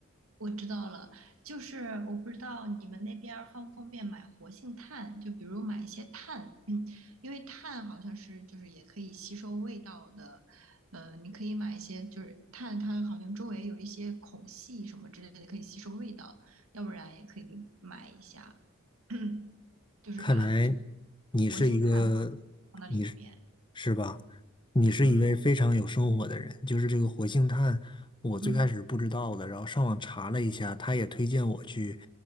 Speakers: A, on the right; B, on the left.
A: 我知道了，就是我不知道你们那边儿方不方便买活性炭，就比如买一些炭，嗯，因为炭好像是就是也可以吸收味道的，呃，你可以买一些就是炭，它好像周围有一些孔隙什么之类的可以吸收味道，要不然也可以买一下，<clears throat> 就是把就
B: 看来你是一个，
A: 活性炭放到里面，
B: 你是是吧？你是一位非常有生活的人。
A: 嗯
B: 就是这个活性炭，我最开始不知道的，
A: 嗯。
B: 然后上网查了一下，他也推荐我去